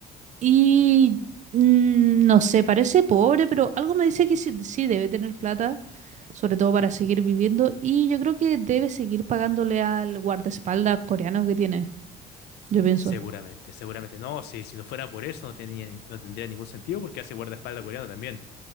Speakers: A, on the right; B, on the left.
A: Y mm, no sé, parece pobre, pero algo me dice que sí, sí debe tener plata, sobre todo para seguir viviendo. Y yo creo que debe seguir pagándole al guardaespaldas coreano que tiene, yo pienso.
B: Seguramente, seguramente. No, si, si no fuera por eso, no tenía, ni- no tendría ningún sentido porque hace guardaespaldas coreano también.